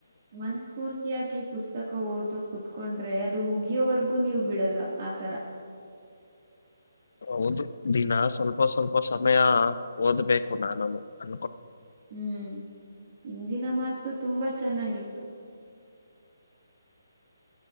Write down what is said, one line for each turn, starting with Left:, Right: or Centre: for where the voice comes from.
Right: ಮನ್ಸ್ಫೂರ್ತಿಯಾಗಿ ಪುಸ್ತಕ ಓದು ಕುೂತ್ಕೊಂಡ್ರೆ ಅದು ಮುಗಿಯೋವರೆಗೂ ನೀವು ಬಿಡಲ್ಲ ಆತರ
Left: ಹೌದು ದಿನ ಸ್ವಲ್ಪ ಸ್ವಲ್ಪ ಸಮಯ ಓದ್ಬೇಕು ನಾನನ್ನು ಅ
Right: ಹ್ಮ್ ಇಂದಿನ ಮಾತು ತುಂಬಾ ಚೆನ್ನಾಗಿತ್ತು